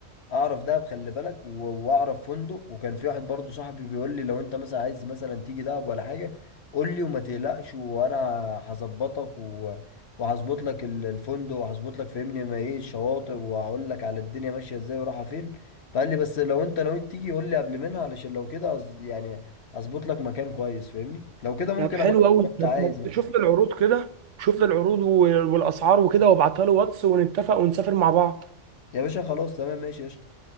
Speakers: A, on the left; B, on the right.
A: اعرف دهب خلي بالك و- واعرف فندق وكان في واحد برضو صاحبي بيقول لي لو انت مثلا عايز مثلا تيجي دهب ولا حاجه قول لي وما تقلقش وانا هظبطك و... وهظبط لك ال- الفندق وهظبط لك فهمني ما ايه الشواطئ وهقول لك على الدنيا ماشيه ازاي ورايحه فين فقال لي بس لو انت نويت تيجي قول لي قبل منها علشان لو كده أز- يعني اظبط لك مكان كويس فاهمني لو كده ممكن
B: طب حلو
A: ابعت لك
B: قوي
A: لو انت
B: طب
A: عايز
B: ما
A: يعني
B: شوف لي العروض كده شوف لي العروض وال- والاسعار وكده وابعتها له واتس ونتفق ونسافر مع بعض
A: يا باشا خلاص تمام ماشي قشطه